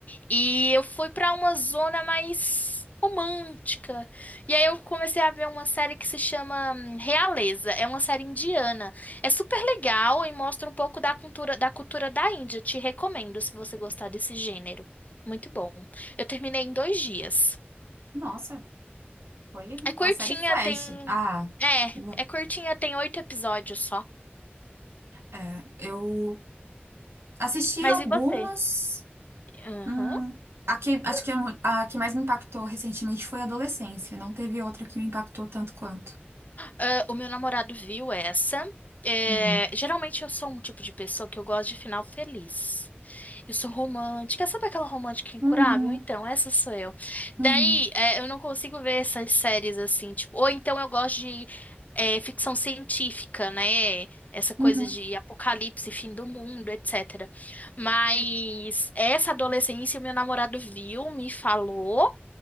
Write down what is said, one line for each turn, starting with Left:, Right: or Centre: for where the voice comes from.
Left: e eu fui para uma zona mais romântica. E aí eu comecei a ver uma série que se chama hum, Realeza. É uma série indiana. É super legal e mostra um pouco da cultura da cultura da Índia. Te recomendo se você gostar desse gênero. Muito bom. Eu terminei em dois dias.
Right: Nossa, foi
Left: É curtinha,
Right: a série Flash.
Left: tem.
Right: Ah,
Left: É,
Right: que bom.
Left: é curtinha, tem oito episódios só.
Right: É, eu assisti
Left: Mas
Right: algumas.
Left: e você? Aham.
Right: Hum, a que, acho que a, mu- a que mais me impactou recentemente foi a adolescência. Não teve outra que me impactou tanto quanto.
Left: Ah, o meu namorado viu essa. É,
Right: Uhum.
Left: geralmente eu sou um tipo de pessoa que eu gosto de final feliz. Eu sou romântica. Sabe aquela romântica incurável?
Right: Uhum,
Left: Então, essa sou eu. Daí,
Right: uhum,
Left: é, eu não consigo ver essas séries assim, tipo, ou então eu gosto de é, ficção científica, né? Essa coisa
Right: uhum.
Left: de apocalipse, fim do mundo, etc. Mas essa adolescência, meu namorado viu, me falou,